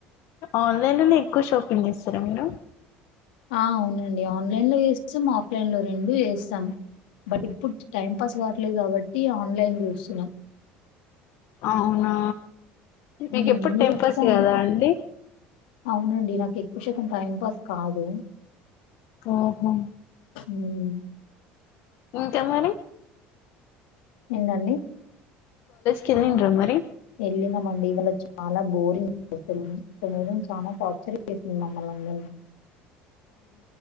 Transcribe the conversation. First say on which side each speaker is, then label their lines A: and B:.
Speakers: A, on the left; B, on the left.
A: ఆన్లైన్ లోనే ఎక్కువ షాపింగ్ చేస్తారా మీరు
B: ఆ అవును అండీ ఆన్లైన్ లో చేస్తాం ఆఫ్లైన్ లో రెండు చేస్తాం బట్ ఇప్పుడు టైం పాస్ కావలేదు కాబట్టి ఆన్లైన్ చూస్తున్నాం
A: అవునా మీకు
B: ఉమ్
A: ఎప్పుడు టైం
B: ఉర్కే
A: పాస్
B: అండీ
A: కాదా అండి
B: అవునండి నాకు ఎక్కువ శాతం టైం పాస్ కాదు
A: ఓహో
B: ఉమ్
A: ఇంకా మరి
B: ఏంటండి
A: కిల్న్రా మరి
B: వెళ్ళినామండి ఇవాళ చాలా బోరింగ్స్తుందిద చాలా టార్చర్ చేసింది మమ్మ